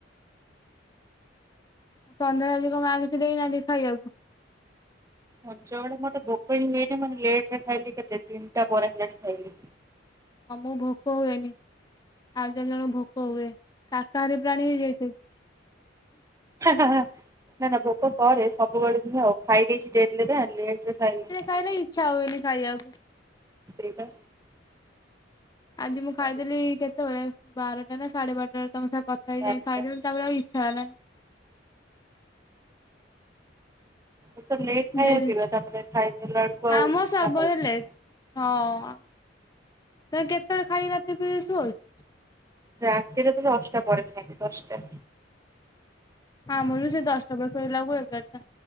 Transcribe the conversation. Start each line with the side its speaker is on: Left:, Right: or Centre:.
Left: ଆଉ ସନ୍ଧ୍ୟାଏଳେ ଆଜି କଁ ମାଆ କିଛି ଦେଇନାହାଁନ୍ତି ଖାଇଆକୁ?
Right: ସଞ୍ଜ ବେଳେ ମତେ ଭୋକ ହିଁ ହୁଏନି ମାନେ ଲେଟ୍ ରେ ଖାଇଲି କେତେ ତିନ୍ଟା ପରେ ହେଲାଣି ଖାଇଲି।
Left: ଅମୁକୁ ଭୋକ ହୁଏନି ଆଉ ଜଣ ଜଣଙ୍କୁ ଭୋକ ହୁଏ ସାକାହାରୀ ପ୍ରାଣୀ ହେଇଯାଇଛ କି?
Right: ହାଃ ହାଃ ହାଃ ନା ନା ଭୋକ କରେ ସବୁବେଳେ ନୁହେଁ ଅ ଖାଇ ଦେଇଛି ଡେରି ନାଁ ଲେଟ୍ ରେ ଖାଇଲି।
Left: ଫେରେ ଇଚ୍ଛା ହୁଏନି ଖାଇଆକୁ।
Right: ତ୍ରେ ପା।
Left: ଆଜି ମୁଁ ଖାଇଦେଲି
Right: ଆଉ
Left: କେତେବେଳେ ବାରଟା ନା ସାଢେ ବାରଟାରେ ତମ ସାଙ୍ଗେ କଥା ହେଇ
Right: ବାରଟା
Left: ଯାଇ ଖାଇଦେଲିି ତାପରେ ଆଉ ଇ ଇଚ୍ଛା ହେଲାନି।
Right: ଏତେ ଲେଟ୍ ଖାଇବା
Left: ଡେରି
Right: ପିଇବା ତାପରେ ଖାଇ ସାରିଲାଏଳୁକୁ ଆଉ
Left: ଆମର
Right: ଇଚ୍ଛା
Left: ସବୁବେଳେ
Right: ହୋଉଚି।
Left: ଲେଟ୍ ହଁ ତମେ କେତେବେଳେ ଖାଇକି ରାତି ପିଇ ସୁଅ କି?
Right: ରାତିରେ ତ ଦଶ୍ଟା ପରେ ଖାଏ ଦଶ୍ଟା।
Left: ହଁ ଆମର ବି ସେଇ ଦଶ୍ଟା ପରେ ଶୋଇଲାକୁ ଏଗାର୍ଟା,